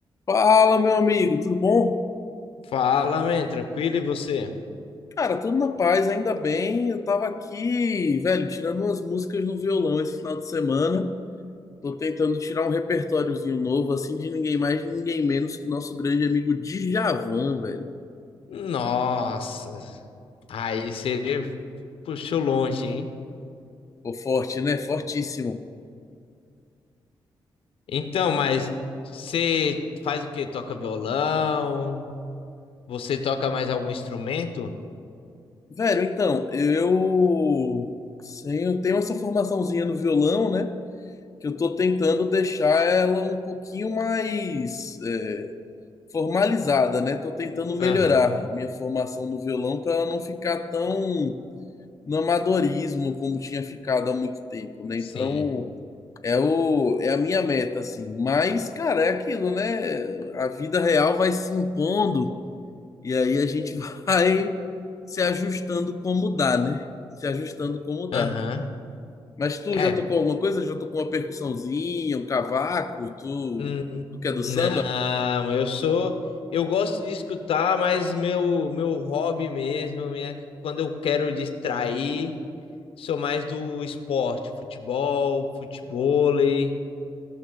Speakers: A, on the left (about 35°); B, on the left (about 80°).
A: Fala, meu amigo, tudo bom?
B: Fala, man, tranquilo e você?
A: Cara, tudo na paz, ainda bem. Eu tava aqui, velho, tirando umas músicas no violão esse final de semana. Tô tentando tirar um repertóriozinho novo, assim, de ninguém mais, ninguém menos que nosso grande amigo Djavan, velho.
B: Nossa, aí você puxou longe, hein?
A: Pô, forte, né? Fortíssimo.
B: Então, mas você faz o quê? Toca violão? Você toca mais algum instrumento?
A: Velho, então, eu, sim, eu tenho essa formaçãozinha no violão, né? Que eu tô tentando deixar ela um pouquinho mais. eh, formalizada, né? Tô tentando melhorar
B: Aham,
A: minha formação no violão para ela não ficar tão no amadorismo como tinha ficado há muito tempo, né?
B: sim.
A: Então, é o é a minha meta assim. Mas, cara, é aquilo, né? A vida real vai se impondo e aí a gente <laughs> vai se ajustando como dá, né? Se ajustando como dá.
B: Aham.
A: Mas tu
B: É,
A: já tocou alguma coisa? Já tocou uma percussãozinha, um cavaco? Tu,
B: hum,
A: tu que é do
B: não,
A: samba?
B: eu sou. Eu gosto de escutar, mas meu, meu hobby mesmo, minha, quando eu quero distrair, sou mais do esporte, futebol, futevôlei.